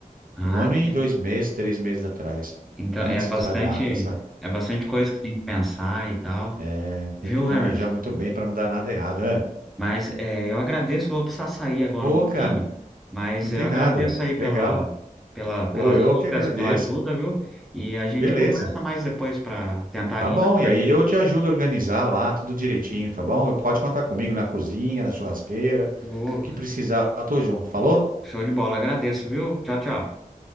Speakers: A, in the centre; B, on the right.
A: Ah,
B: Um ano
A: que,
B: e dois meses, três meses atrás.
A: então
B: Antes
A: é bastante,
B: da data, sabe?
A: é bastante coisa que tem que pensar e tal,
B: É, Tem
A: viu,
B: que planejar
A: Emerson?
B: muito bem para não dar nada errado. É.
A: Mas é, eu agradeço, vou precisar sair agora
B: Ô,
A: um pouquinho,
B: cara,
A: mas
B: não tem
A: eu agradeço
B: nada.
A: aí pela,
B: Legal.
A: pela, pelas
B: Ô, eu que
A: dicas,
B: agradeço.
A: pela ajuda, viu? E a gente
B: Beleza.
A: conversa mais depois para tentar alinhar.
B: Tá bom. E aí eu te ajudo a organizar lá tudo direitinho, tá bom? Pode contar comigo na cozinha, na churrasqueira.
A: Ô,
B: O que precisar, eu tô junto. Falou?
A: Show de bola, agradeço, viu? Tchau, tchau.